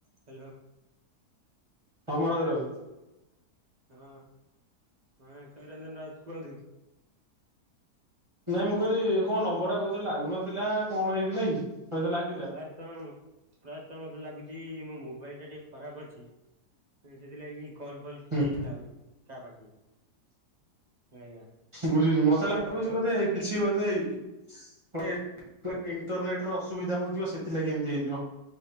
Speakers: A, on the right (about 40°); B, on the right (about 20°).
A: Hello.
B: ହଁ ମନୋଜ ରାଉତ
A: ହଁ ହଁ ସମୀରଞ୍ଜନ ରାଉତ କୁହନ୍ତୁ।
B: ନାଇଁ ମୁଁ କହିଲି କଣ ନମ୍ବର ଟା କହୁଥିଲେ ଲାଗୁନଥିଲା କଣ ହେଇଥିଲା କି? ହଁ ତ ଲାଗିଲା
A: ପ୍ରାୟତଃ ପ୍ରାୟତଃ ମତେ ଲାଗୁଚି ମୋ ମୋବାଇଲ ଟା ଟିକେ ଖରାପ ଅଛି। ସେଥିଲାଗି କଲ ଫଲ କିଛି
B: ହୁଁ
A: ଯାଉନି କାହ ପାଖକୁ। ଆଜ୍ଞା
B: ବୁଝୁଛି ମତେ ଲାଗୁଛି
A: ଆଉ
B: ବୋଧେ କିଛି <unintelligible> ଇଣ୍ଟରନେଟ ର ଅସୁବିଧା ହଉଥିବ ସେଥିଲାଗି ଏମତି ହେଇଥିବ।